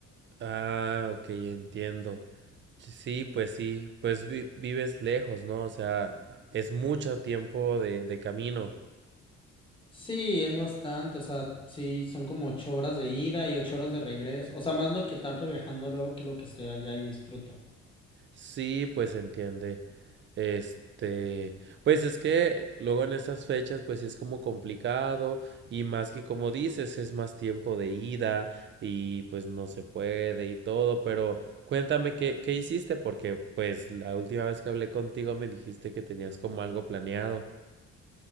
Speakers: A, on the right; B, on the left.
A: Ah, ok, entiendo. Sí, pues sí, pues vi- vives lejos, ¿no? O sea, es mucho tiempo de, de camino.
B: Sí, es bastante, o sea, sí, son como ocho horas de ida y ocho horas de regreso, o sea, más lo que tardo viajando luego que lo que estoy allá y disfruto.
A: Sí, pues entiende. Este, pues es que luego en esas fechas, pues sí es como complicado y más que como dices, es más tiempo de ida y pues no se puede y todo, pero cuéntame qué, qué hiciste porque pues la última vez que hablé contigo me dijiste que tenías como algo planeado.